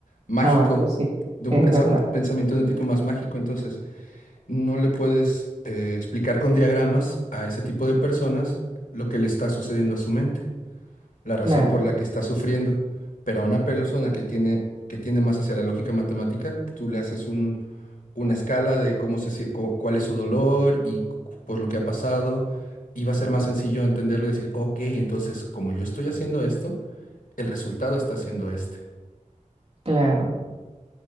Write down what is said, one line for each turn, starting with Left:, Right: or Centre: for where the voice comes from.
Left: mágico,
Right: Ah, bueno, eso sí,
Left: de
Right: es
Left: un, pensa-
Right: verdad,
Left: un pensamiento de un tipo más mágico, entonces no le puedes eh, explicar con diagramas a ese tipo de personas lo que le está sucediendo a su mente, la razón
Right: claro,
Left: por la que está sufriendo. Pero a una persona que tiene, que tiende más hacia la lógica matemática, tú le haces un- una escala de cómo se, sie- cu- cuál es su dolor y cu- por lo que ha pasado, y va a ser más sencillo entenderlo y decir, ok, entonces como yo estoy haciendo esto, el resultado está siendo este,
Right: claro.